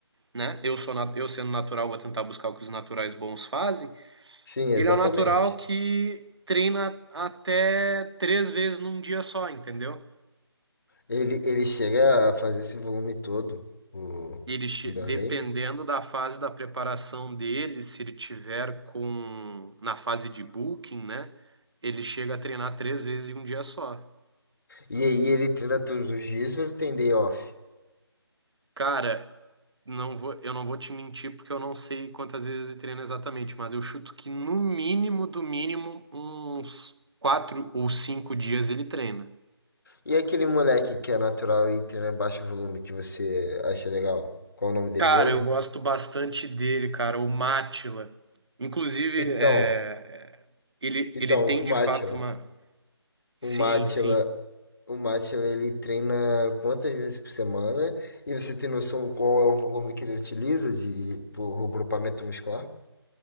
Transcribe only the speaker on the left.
Sim, exatamente.
Ele, ele chega a fazer esse volume todo, o,
o Darley.
E aí ele treina todos os dias, ele tem day off.
E aquele moleque que é natural e treina baixo volume que você acha legal? Qual o nome dele
mesmo?
Então,
então,
o
Mátila.
O Mátila,
o Mátila, ele treina quantas vezes por semana? E você tem noção qual é o volume que ele utiliza de por grupamento muscular?